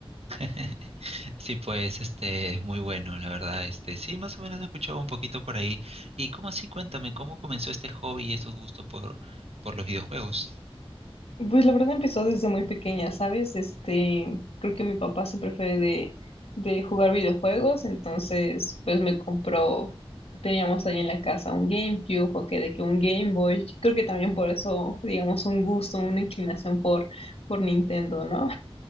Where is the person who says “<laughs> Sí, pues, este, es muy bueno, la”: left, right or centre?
Right